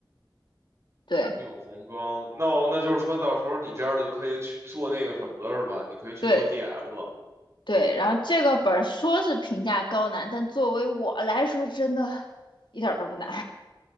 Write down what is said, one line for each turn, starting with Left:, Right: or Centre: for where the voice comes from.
Left: 对
Right: 有红装，o 那就是说到时候你这样就可以去做那个什么了，是吧？你可以去做
Left: 对
Right: DM 了，
Left: 对，然后这个本儿说是评价高难，但作为我来说，真的一点儿都不难。